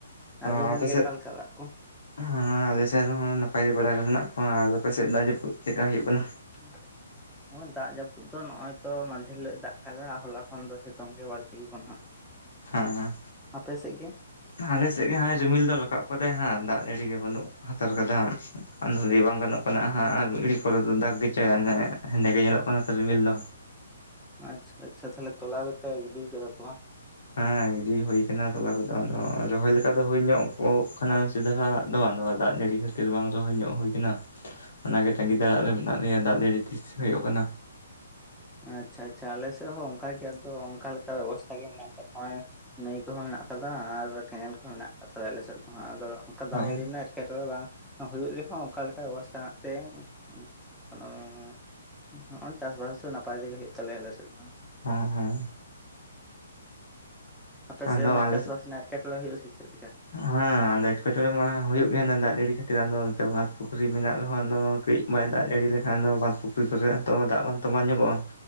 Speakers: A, on the left; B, in the centre.
A: ᱛᱚ
B: ᱟᱵᱤᱱ ᱨᱮᱱ
A: ᱟᱯᱮ
B: ᱜᱮ
A: ᱥᱮᱫ
B: ᱚᱠᱟᱞᱮᱠᱟ ᱚᱲᱟᱜ ᱠᱚ?
A: ᱦᱚᱸ ᱟᱞᱮᱥᱮᱜ ᱨᱮᱦᱚᱸ ᱱᱟᱯᱟᱭ ᱵᱟᱲᱟ ᱜᱮ ᱢᱮᱱᱟᱜ ᱠᱚᱣᱟ ᱟᱨ ᱟᱯᱮ ᱥᱮᱜ ᱫᱟᱜ ᱡᱟᱹᱯᱩᱫ ᱪᱮᱜᱠᱟ ᱦᱩᱭᱩᱜ ᱠᱟᱱᱟ?
B: <inaudible> <unintelligible> ᱫᱟᱜ ᱡᱟᱹᱯᱩᱫ ᱫᱚ ᱱᱚᱜᱼᱚᱭ ᱛᱚ ᱢᱟᱦᱫᱷᱮᱨ ᱦᱤᱞᱚᱜ ᱮ ᱫᱟᱜ ᱟᱠᱟᱫᱟ ᱦᱚᱞᱟ ᱠᱷᱚᱱ ᱫᱚ ᱥᱤᱛᱩᱝ ᱜᱮ ᱵᱟᱹᱲᱛᱤ ᱫᱚ ᱱᱟ ᱦᱟᱜ ᱾
A: ᱦᱮᱸ
B: ᱟᱯᱮ ᱥᱮᱜ ᱜᱮ?
A: ᱟᱞᱮ ᱥᱮᱜ ᱜᱮ ᱦᱟᱸᱜ ᱨᱤᱢᱤᱞ ᱫᱚ ᱨᱟᱠᱟᱵ ᱟᱠᱟᱫᱟᱭ ᱦᱮᱸᱜ ᱫᱟᱜ ᱡᱟᱹᱲᱤ ᱜᱮ ᱵᱟᱹᱱᱩᱜ᱾ ᱦᱟᱛᱟᱲ ᱠᱟᱫᱟ ᱟᱫᱚ ᱞᱟ. ᱭ ᱵᱟᱝ ᱜᱟᱱᱚᱜ ᱠᱟᱱᱟ ᱦᱟᱸᱜ ᱟᱨ ᱢᱤᱫᱤᱲᱦᱤ ᱯᱚᱨᱮ ᱫᱚ ᱫᱟᱜᱽ ᱜᱮᱪᱚᱭ ᱦᱮᱸᱫᱮ ᱜᱮ ᱧᱮᱞᱚᱜ ᱠᱟᱱᱟ ᱛᱚ ᱨᱤᱢᱤᱞ ᱫᱚ᱾
B: ᱟᱪᱪᱷᱟ ᱟᱪᱪᱷᱟ ᱛᱟᱦᱚᱞᱮ ᱛᱚᱞᱟ ᱫᱚᱯᱮ ᱜᱤᱰᱤ ᱠᱟᱫᱟ ᱛᱚ ᱵᱟᱝ?
A: ᱦᱮᱸ ᱜᱤᱰᱤ ᱦᱳᱭ ᱟᱠᱟᱱᱟ ᱛᱚᱞᱟ ᱠᱚᱫᱚ ᱟᱫᱚ ᱨᱚᱦᱚᱭ ᱞᱮᱠᱟ ᱫᱚ ᱦᱩᱭ ᱧᱚᱜᱚᱜ ᱠᱟᱱᱟ᱾ ᱫᱷᱟᱨᱟᱜ ᱫᱚ ᱟᱫᱚ ᱫᱟᱜ ᱡᱟᱹᱲᱤ ᱠᱷᱟᱹᱛᱤᱨ ᱵᱟᱝ ᱨᱚᱦᱚᱭ ᱧᱚᱜ ᱦᱩᱭ ᱠᱟᱱᱟ᱾ ᱚᱱᱟᱜᱮ ᱛᱟᱸᱜᱤ ᱛᱸᱟᱲᱟᱜ ᱨᱮ ᱢᱮᱱᱟᱜ ᱞᱮᱭᱟ ᱫᱟᱜ ᱡᱟᱹᱲᱤ ᱛᱤᱥ ᱦᱩᱭᱩᱜ ᱠᱟᱱᱟ᱾
B: ᱟᱪᱪᱷᱟ ᱟᱪᱪᱷᱟ ᱟᱞᱮᱮᱥᱮᱫ ᱦᱚᱸ ᱚᱱᱠᱟᱜ ᱜᱮ ᱟᱫᱚ ᱚᱱᱠᱟ ᱞᱮᱠᱟ ᱵᱮᱵᱚᱥᱛᱛᱟ ᱜᱮ ᱢᱮᱱᱟᱜ ᱠᱟᱫᱟ᱾ ᱱᱟᱹᱭ ᱠᱚᱦᱚᱸ ᱢᱮᱱᱟᱜ ᱠᱟᱫᱟ, ᱟᱨ ᱠᱮᱱᱮᱞ ᱠᱚᱦᱚᱸ ᱢᱮᱱᱟᱜ ᱠᱟᱫ ᱛᱟᱞᱮᱭᱟ ᱟᱞᱮ ᱥᱮᱫ ᱫᱚᱦᱟᱸᱜ ᱟᱫᱚ ᱚᱱᱠᱟ
A: ᱦᱚᱸ
B: ᱫᱟᱜ ᱡᱟᱹᱲᱤ ᱨᱮᱱᱟᱜ ᱮᱴᱠᱮᱴᱚᱬᱮ ᱵᱟᱝ ᱦᱩᱭᱩᱜ ᱨᱮᱦᱚᱸ ᱚᱱᱠᱟ ᱞᱮᱠᱟ ᱚᱵᱚᱥᱛᱷᱟ ᱢᱮᱱᱟᱜ ᱛᱮ <unintelligible> ᱦᱚᱸᱮ ᱪᱟᱥᱵᱟᱥ ᱫᱚ ᱱᱟᱯᱟᱭ ᱛᱮᱜᱮ ᱦᱮᱡ ᱛᱟᱞᱮᱭᱟ ᱟᱞᱮ ᱥᱮᱫ ᱫᱚ᱾
A: ᱦᱚᱸ ᱦᱚᱸ
B: ᱟᱯᱮ
A: ᱟᱫᱚ
B: ᱥᱮ
A: ᱟᱞᱮ
B: ᱪᱟᱥ
A: ᱥᱮᱫ
B: ᱵᱟᱟᱥ ᱮᱴᱠᱮᱴᱚᱬᱮ ᱦᱩᱭᱩᱜ ᱟ ᱥᱮ ᱪᱮᱫ ᱞᱮᱠᱟ᱾
A: ᱦᱮᱸ ᱟᱫᱚ ᱮᱴᱠᱮᱴᱚᱬᱮ ᱢᱟ ᱦᱩᱭᱩᱜ ᱜᱮᱭᱟ ᱫᱟᱜ ᱡᱟᱹᱲᱤ ᱠᱷᱟᱹᱛᱤᱨ ᱟᱫᱚ ᱱᱚᱛ ᱵᱸ ᱯᱩᱠᱷᱨᱤ ᱢᱮᱱᱟᱜ ᱨᱮᱦᱚᱸ ᱟᱫᱚ᱾ ᱠᱟᱹᱡ ᱵᱟᱭ ᱫᱟᱜ ᱡᱟᱹᱲᱤ ᱞᱮᱠᱷᱟᱱ ᱫᱚ ᱵᱟᱸᱫᱷ ᱯᱩᱠᱷᱤ ᱠᱚᱨᱮ ᱛᱚ ᱫᱟᱜ ᱵᱟᱝᱟᱱ ᱛᱚ ᱵᱟᱝ ᱧᱚᱜᱚᱜᱼᱟ᱾